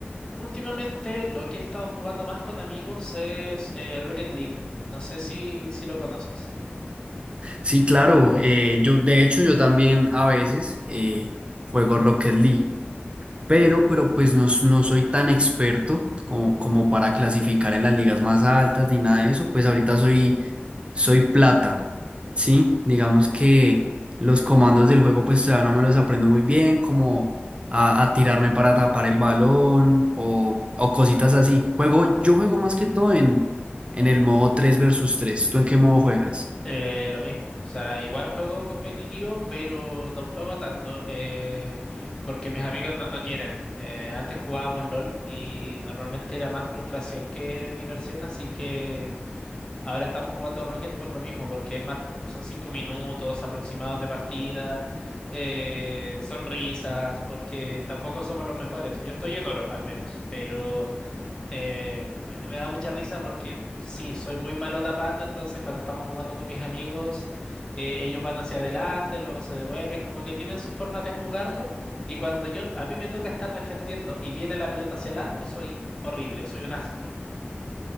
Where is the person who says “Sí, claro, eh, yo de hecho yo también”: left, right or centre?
Right